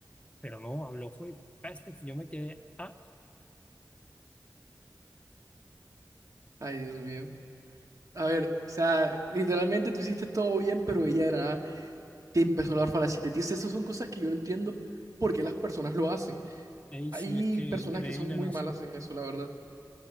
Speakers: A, on the left (about 15°); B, on the right (about 50°).
A: Pero no, habló fue pestes, yo me quedé, ah,
B: Ay, Dios mío. A ver, o sea, literalmente tú hiciste todo bien, pero ella era nada. Te empezó a hablar falacias de ti. Esas son cosas que yo no entiendo por qué las personas lo hacen.
A: ey,
B: Hay
A: sí, es que increíble,
B: personas que son muy
A: no
B: malas
A: sé.
B: en eso, la verdad.